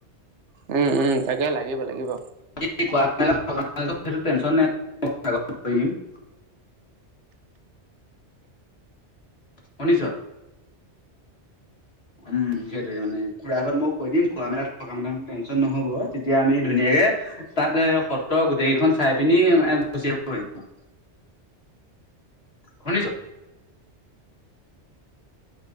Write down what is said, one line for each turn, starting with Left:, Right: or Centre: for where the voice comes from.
Right: উম উম তাকে লাগিব লাগিব।
Left: েই টেন নাই দি <unintelligible> শুনিছ? উম সেইটোৱে মানে খুৰা ঘৰত মই কৈ দিম খোৱা মেলাত থকা মেলাত টেনশ্যন নহ'ব। তেতিয়া আমি ধুনীয়াকে তাত সত্ৰ গোটেইকিখন চাই পিনি গুচিআহিব পাৰিম আৰু। শুনিছ?